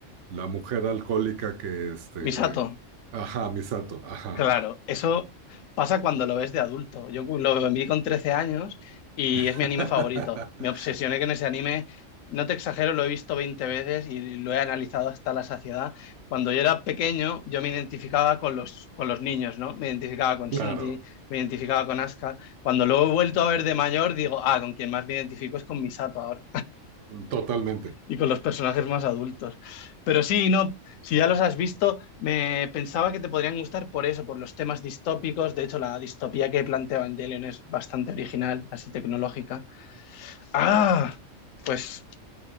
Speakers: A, on the right; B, on the left.
A: la mujer alcohólica que este,
B: Misato,
A: ajá, Misato, Ajá.
B: Claro, eso pasa cuando lo ves de adulto. Yo lo vi con 13 años y
A: <laughs>
B: es mi anime favorito. Me obsesioné con ese anime. No te exagero, lo he visto 20 veces y lo he analizado hasta la saciedad. Cuando yo era pequeño, yo me identificaba con los, con los niños, ¿no? Me identificaba con Shinji,
A: Claro,
B: me identificaba con Asuka. Cuando lo he vuelto a ver de mayor, digo, ah, con quien más me identifico es con Misato ahora
A: totalmente.
B: y con los personajes más adultos. Pero sí, no, si ya los has visto, me pensaba que te podrían gustar por eso, por los temas distópicos. De hecho, la distopía que plantea Evangelion es bastante original, así tecnológica. Ah, pues